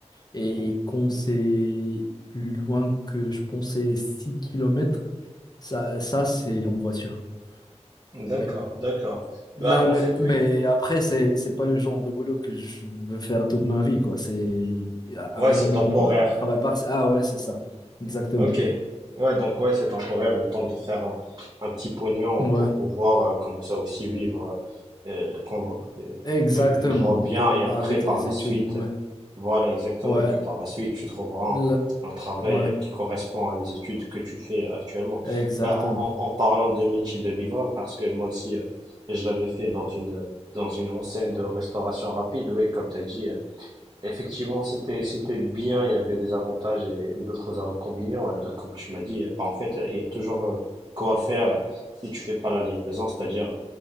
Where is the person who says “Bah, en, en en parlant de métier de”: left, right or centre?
Right